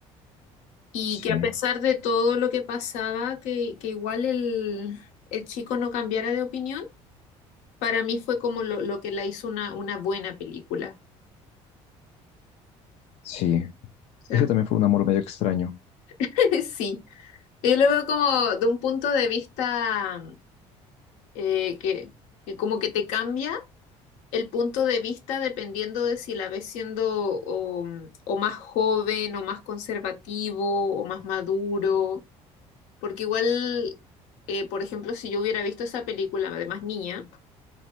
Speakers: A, on the left; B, on the left.
A: y
B: Sí,
A: que a pesar de todo lo que pasaba, que, que igual el, el chico no cambiara de opinión, para mí fue como lo, lo que la hizo una, una buena película.
B: sí.
A: O sea,
B: Ese también fue un amor medio extraño.
A: <laughs> sí. Yo lo veo como de un punto de vista eh, que, que como que te cambia el punto de vista dependiendo de si la ves siendo o, o más joven o más conservativo o más maduro, porque igual, eh, por ejemplo, si yo hubiera visto esa película de más niña,